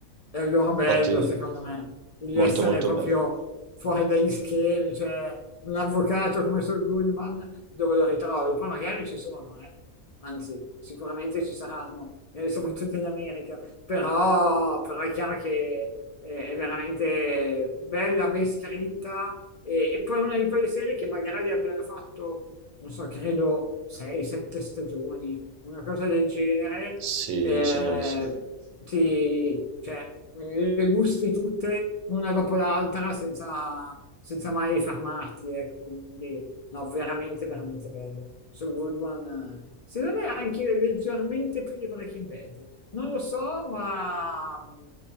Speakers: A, on the left; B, on the right.
A: è il loro bello
B: Infatti,
A: secondo me, di
B: molto
A: essere
B: molto
A: proprio
B: bello.
A: fuori dagli schemi, cioè un avvocato come Saul Goodman dove lo ritrovi? Poi magari ci sono, eh. Anzi, sicuramente ci saranno, eh, soprattutto in America, però, però è chiaro che eh, è veramente bella, ben scritta e, e poi una di quelle serie che magari abbiano fatto, non so, credo 6-7 stagioni una cosa del genere,
B: Sì,
A: eh,
B: mi sembra di sì.
A: ti, cioè, le gusti tutte una dopo l'altra senza, senza mai fermarti, ecco, quindi no, veramente, veramente bella. So Good One, eh, secondo me anche leggermente più di Breaking Bad. Non lo so, ma mm,